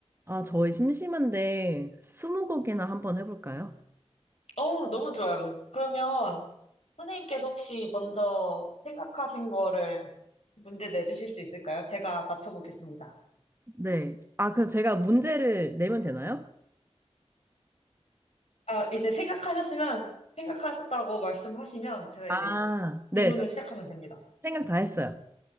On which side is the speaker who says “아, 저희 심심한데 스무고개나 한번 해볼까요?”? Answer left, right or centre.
Right